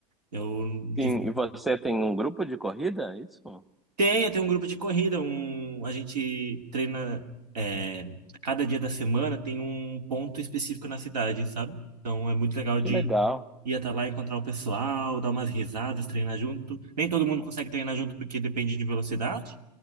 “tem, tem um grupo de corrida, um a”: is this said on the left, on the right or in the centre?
Right